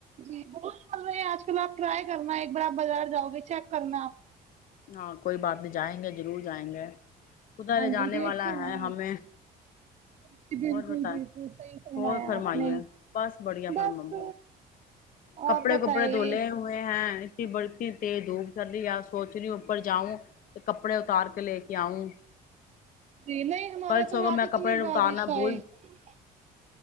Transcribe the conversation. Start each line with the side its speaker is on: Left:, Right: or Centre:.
Right: جی بہت چل رہے ہیں آج کل تول آپ ٹرائی کرنا ایک بار آپ بازار جاؤ گے چیک کرنا آپ
Left: ہاں کوئی بات نہیں جائیں گے ضرور جائیں گے ادھر
Right: ہاں
Left: جانے
Right: جی دیکھ
Left: والا
Right: کے
Left: ہے
Right: آنا۔
Left: ہمیں
Right: جی بالکل
Left: ہو بت
Right: بالکل صحیح فرمایا
Left: ہو فرمائیے
Right: آپ نے
Left: بس بڑیا فرم
Right: بس
Left: کپڑے
Right: اور بتائیے
Left: کپڑے دھوولے ہوئے ہیں اتنی ب اتنی تز دھوپ چل رہی ہے پتری اوپر جاؤں تو کپڑے اتار کے لے کے آؤں
Right: جی نہیں ہمارے
Left: کل
Right: یہاں تو
Left: سو
Right: رات
Left: میں کپڑے
Right: تو نہیں
Left: اتارنا
Right: با رہی شاید
Left: بھول